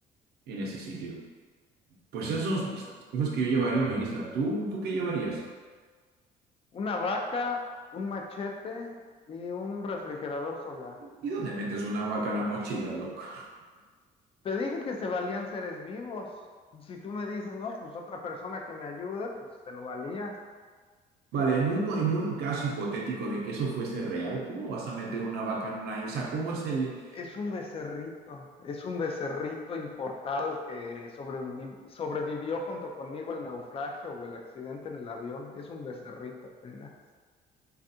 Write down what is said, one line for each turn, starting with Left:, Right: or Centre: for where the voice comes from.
Right: en ese sitio. Pues esas son
Left: Y Ya.
Right: mis cosas que yo llevaría a una isla. ¿Tú, tú qué llevarías?
Left: Una vaca, un machete y un refrigerador solar.
Right: ¿Y dónde metes una vaca en la mochila, loco?
Left: Te dije que se valían seres vivos. Si tú me dices, no, pues otra persona que me ayude, pues se lo valía.
Right: Vale, en un, co- en un caso hipotético de que eso fuese real, ¿cómo vas a meter una vaca en una... O sea, ¿cómo es el...
Left: Es un becerrito, es un becerrito importado que sobrevi- sobrevivió junto conmigo el naufragio o el accidente en el avión. Es un becerrito apenas.